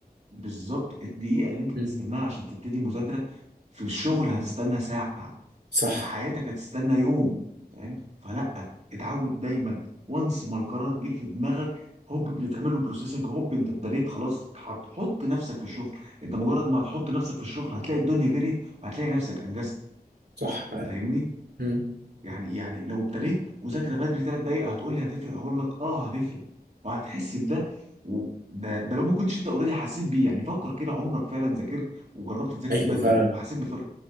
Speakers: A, on the right (about 45°); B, on the right (about 85°).
A: بالظبط الدقيقة اللي انت بتستناها
B: مم.
A: عشان تبتدي مذاكرة في الشغل هتستنى ساعة في
B: صح
A: حياتك هتستنى يوم فاهم فلا اتعود دايما وانس ما القرار جه في دماغك هوب بتعمله بروسيسنج هوب انت ابتديت خلاص هتحط نفسك في الشغل انت مجرد ما هتحط نفسك في الشغل هتلاقي الدنيا جريت وهتلاقي نفسك انجزت
B: صح فعلا
A: فاهمني
B: مم.
A: يعني يعني لو ابتديت مذاكره بدري ثلاث دقائق هتقول لي هتفرق هقول لك اه هتفرق وهتحس بده وده ده ده لو ما كنتش انت اوريدي حسيت بيه يعني فكر كده عمرك فعلا ذاكرت وجربت تذاكر
B: ايوه
A: بدري
B: فعلا
A: وحسيت بفرق